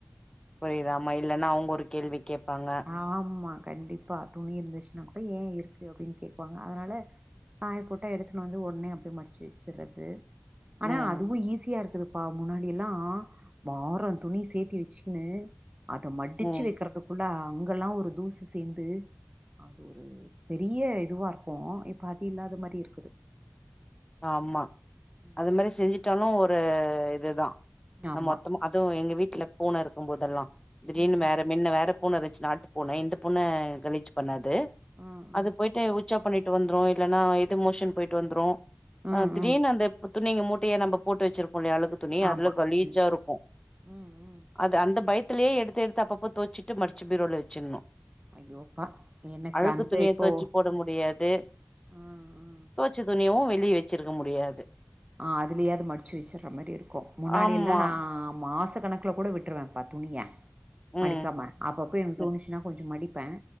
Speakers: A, on the left; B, on the right.
A: புரிதாம இல்லனா அவுங்க ஒரு கேள்வி கேப்பாங்க
B: ஆமா கண்டிப்பா தூணி இருந்துச்சினா கூட ஏ இருக்கு அப்டின்னு கேப்பாங்க அதனால காய போட்டா எடுத்துன்னு வந்து உடனே அப்டி மடிச்சி வச்சறது ஆனா
A: ம்
B: அதுவு ஈஸியா இருக்குது பா முன்னாடி எல்லா வாரோ துணி சேத்தி வச்சிக்கினு அத மடிச்சி
A: ம்
B: வைக்கிறது அடா அங்கெல்லா ஒரு தூசு சேந்து ஆ அது ஒரு பெரிய இதுவா இருக்கு இப்போ அது இல்லாத மாதிரி இருக்குது
A: ஆமா
B: ம்
A: அது மாதிரி செஞ்சுட்டாலு ஒரு இதுதா
B: ஆமா
A: நம்ம மொத்தமா அதுவும் எங்க வீட்ல பூன இருக்கு போதெல்லா திடீர்னு
B: ம் ம்
A: வேற மின்ன வேற பூன இருந்துச்சினாட் பூனை இந்த பூன கழிச் பண்ணாது
B: ம்
A: அது
B: ம்
A: போயிட்டு உச் உச்சா பண்ணிட்டு வந்துரு இல்லன்னா இது மோஷன் போயிட்டு வந்துரு
B: ம்
A: அ திடீர்னு
B: ம்
A: அந்த பு துணிங்க மூட்டைய நம்ம போட்டு வச்சிருப்போ இல்லையா அலுக்கு துணி அதுல
B: ஆமா
A: கலீஜா
B: ம்
A: இருக்கு
B: ம் ம்
A: அது அந்த பயத்துலயே எடுத்து எடுத்து அப்போ தோச்சிட்டு மடிச்சி பீரோல வச்சிரணு
B: ஐயோப்பா எனக்கு
A: அழுக்கு
B: அந்த
A: துணிய
B: இப்போ
A: தொச்சி போட முடியாது
B: ம் ம்
A: தொச்ச துணியவு வெளிய வச்சிருக்க முடியாது
B: ஆ அதுலேயாவது மடிச்சு வச்சற மாரி இருக்கு முன்னாடி
A: ஆமா
B: எல்லா நா மாச கணக் கு கூட விட்ருவப்பா துணிய
A: ம்
B: மடிக்காம அப்பப்ப எனக்கு
A: ம்
B: தோணுச்சினா கொஞ்சம் மடிப்ப